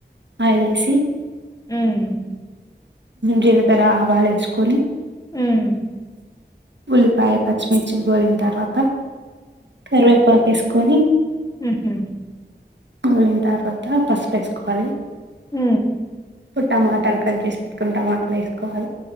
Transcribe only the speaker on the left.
ఉమ్
ఉమ్
ఉహు
మ్